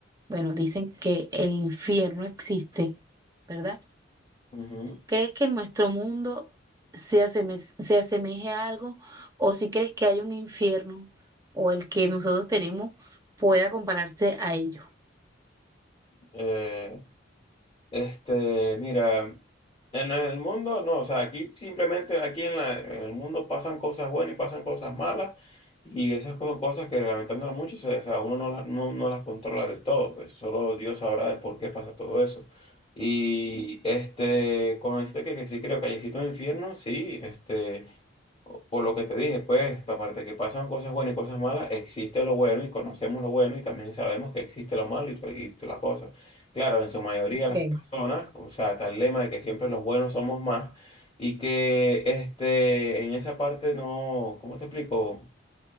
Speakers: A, on the right; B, on the left.
A: bueno, dicen que el infierno existe, ¿verdad?
B: Ujú.
A: ¿Crees que nuestro mundo se aseme- se asemeje a algo o si crees que hay un infierno o el que nosotros tenemos pueda compararse a ello?
B: Eh, Este, mira, en el mundo, no, o sea, aquí simplemente, aquí en la- en el mundo pasan cosas buenas y pasan cosas malas, y esas son cosas que lamentándolo mucho, se- o sea, uno no, la- no, no las controla del todo, pues solo Dios sabrá el por qué pasa todo eso. Y este, con este que, que sí creo que existe un infierno, sí, este. Por lo que te dije, pues, aparte de que pasan cosas buenas y cosas malas, existe lo bueno y conocemos lo bueno y también sabemos que existe lo malo y, to- y to- la cosa. Claro, en su mayoría
A: Ok.
B: las personas, o sea, tal lema de que siempre los buenos somos más y que este, en esa parte no, ¿cómo te explico?